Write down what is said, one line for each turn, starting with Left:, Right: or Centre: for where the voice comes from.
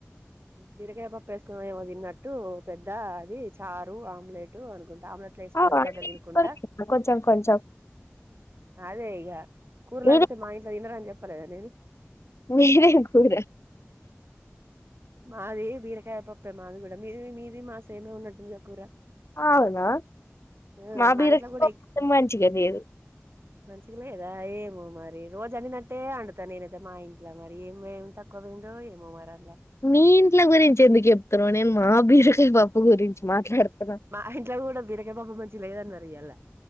Right: బిరకాయ పప్పు ఎసుకుని ఏమో తిన్నట్టు పెద్ద అది చారు ఆమ్లెట్ అనుకుం ఆమ్లెట్లు ఎసుకొని
Left: అవన్నీ
Right: బగ్గ తినుకుంటా
Left: కొంచెం కొంచెం
Right: అదే ఇగ కూరలండితే
Left: మీరే
Right: మా ఇంట్ల తినరని చెప్పలేదా నేను
Left: మీది ఎం కూర
Right: మాది బీరకాయ పప్పే మాది కూడా మీది మీది మాసేమె ఉన్నట్టుంది గ కూర
Left: అవునా
Right: ఆ
Left: మా బీరకాయ
Right: ఇంట్లో కూడా
Left: పప్పు అయితే మంచిగా లేదు
Right: మంచిగా లేదా ఏమో మరి రోజు అండినట్టే అండుతా నేనైతే మా ఇంట్ల మరి ఏమేమి తక్కువ ఏందో ఏమో మరి అండ్ల
Left: మీ ఇంట్ల గురించి ఎందుకు చెప్తున్నావ్ నేను మా బీరకాయ పప్పు గురించి మాట్లాడుతా
Right: మా ఇంట్ల కూడా బీరకాయ పప్పు మంచిగ లేదన్నారు ఇయ్యాల్ల